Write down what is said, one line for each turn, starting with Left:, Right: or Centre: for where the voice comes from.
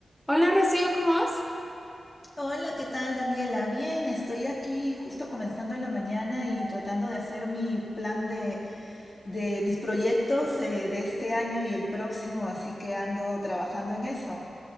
Centre: Hola Rocío, ¿cómo vas?
Left: Hola, ¿qué tal, Daniela? Bien, estoy aquí justo comenzando la mañana y tratando de hacer mi plan de, de mis proyectos eh, de este año y el próximo, así que ando trabajando en eso.